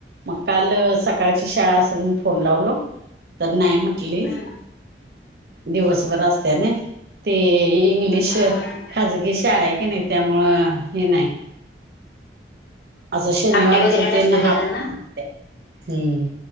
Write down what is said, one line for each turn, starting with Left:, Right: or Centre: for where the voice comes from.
Right: मग काल सकाळची शाळा असून फोन लावल तर नाही म्हंटलं-
Left: हम्म.
Right: दिवसभर असत नई ते- इंग्लिश
Left: हम्म.
Right: खाजगी शाळा आहे की नाही त्यामुळं हे नाही. असं शनिवारच
Left: अपडे वगैरे
Right: त्यांना
Left: नसतोय का
Right: हाफ
Left: त्यांना?
Right: हम्म.